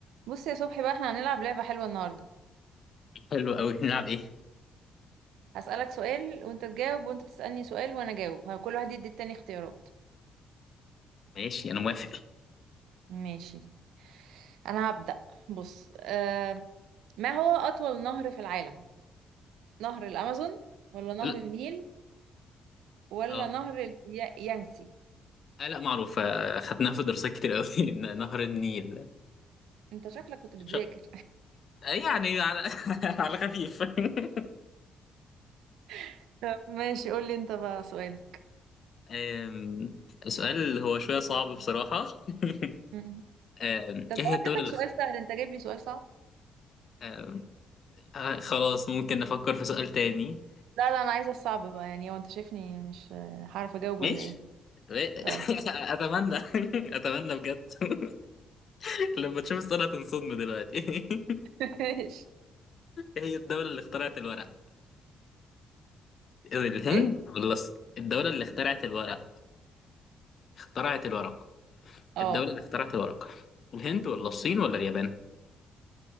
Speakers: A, on the right; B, on the left.
A: بص يا صبحي بقى احنا هنلعب لعبة حلوة النهاردة
B: حلو قوي نلعب ايه
A: هسألك سؤال وانت تجاوب وانت تسألني سؤال وانا اجاوب ه- كل واحد يدي التاني اختيارات
B: ماشي انا موافق
A: ماشي انا هبدأ بص آه ما هو أطول نهر في العالم نهر الأمازون ولا نهر
B: لا
A: النيل ولا
B: اه
A: نهر اليانسي
B: آه، لا معروف آه، خدناها في دراسات كتير قوي <laughs> ن- نهر النيل
A: انت شكلك كنت بتذاكر
B: مش- آه، يعني على <laughs> على خفيف <laughs>
A: <laughs> طب ماشي قول لي انت بقى سؤالك
B: آم، سؤال هو شوية صعب بصراحة <laughs>
A: مم.
B: آم،
A: طب لو
B: ايه هي الدولة
A: اديتك
B: اللي
A: سؤال
B: خ...
A: سهل انت جايب لي سؤال صعب
B: آم، آه، خلاص ممكن نفكر في سؤال تاني
A: لا لا انا عايزة الصعب بقى يعني هو انت شايفني مش آه، هعرف اجاوب
B: ماشي
A: ولا ايه
B: <laughs> اتمنى
A: طيب
B: اتمنى بجد <laughs> لما تشوف السؤال هتنصدم دلوقتي <laughs>
A: <laughs> ماشي
B: ايه هي الدولة اللي اخترعت الورق الهند
A: ايه
B: ولا الص- الدولة اللي اخترعت الورق اخترعت الورق
A: اه
B: الدولة اللي اخترعت الورق الهند ولا الصين ولا اليابان